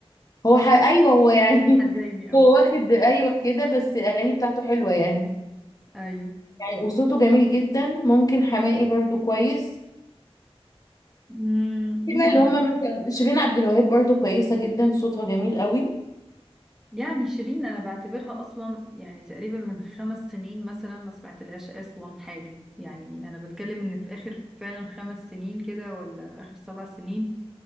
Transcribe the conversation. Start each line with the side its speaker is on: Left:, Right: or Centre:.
Left: هو ح... ايوه هو يعني
Centre: <laughs> حزيني
Left: <laughs>
Centre: قوي
Left: هو واخد ايوه كده بس الاغاني بتاعته حلوه يعني
Centre: ايوه
Left: يعني وصوته جميل جدا ممكن حماقي برضو كويس
Centre: أمم،
Left: في
Centre: يعني
Left: بقى اللي هم مثلا شيرين عبد الوهاب برضو كويسه جدا صوتها جميل قوي
Centre: يعني شيرين انا بعتبرها اصلا يعني تقريبا من خمس سنين مثلا ما سمعت لهاش اصلا حاجه يعني انا بتكلم ان في اخر فعلا خمس سنين كده ولا اخر سبع سنين